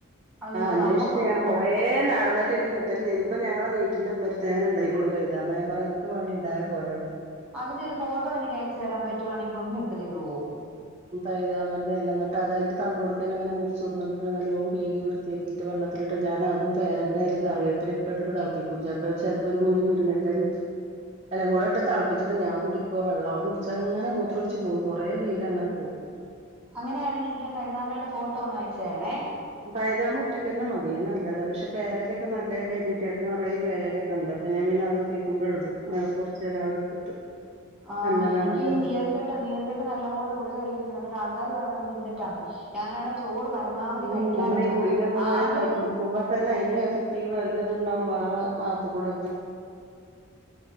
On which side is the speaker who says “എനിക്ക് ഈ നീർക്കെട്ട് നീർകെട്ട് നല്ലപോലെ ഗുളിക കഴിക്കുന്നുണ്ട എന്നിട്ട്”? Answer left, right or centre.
Centre